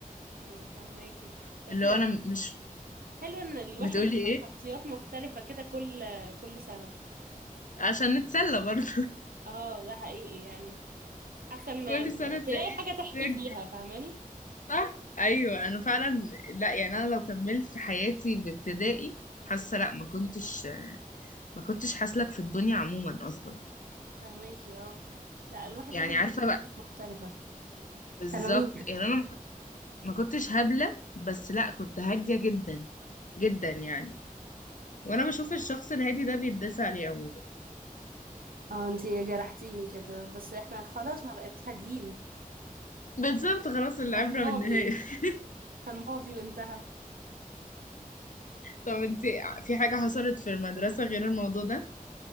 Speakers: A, on the right; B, on the left.
A: ايوه فهماكي بس
B: اللي هو انا مش
A: حلو ان الواحد
B: بتقولي
A: يبقى
B: ايه
A: بشخصيات مختلفة كده كل كل سنة
B: عشان نتسلى برضه
A: اه ده حقيقي يعني حاسة ان
B: كل سنة تلاقي
A: تلاقي حاجة
B: شخصية
A: تحكي
B: جديدة
A: فيها فاهماني
B: صح؟ أيوة أنا فعلا لا يعني أنا لو كملت حياتي بابتدائي حاسة لا ما كنتش ما كنتش حاسلك في الدنيا عموما أصلا
A: فاهماكي اه لا الواحد
B: يعني
A: لازم يبقى
B: عارفة
A: بشخصيات
B: بقى
A: مختلفة
B: بالظبط
A: تلاميذ
B: يعني أنا ما كنت- ما كنتش هبلة بس لا كنت هادية جدا جدا يعني وأنا بشوف الشخص الهادي ده بيتداس عليه عموما
A: اه انتي جرحتيني كده بس احنا خلاص ما بقيناش هاديين
B: بالظبط خلاص العبرة
A: كان ماضي
B: بالنهاية <laughs>
A: كان ماضي وانتهى
B: طب انتي في حاجة حصلت في المدرسة غير الموضوع ده؟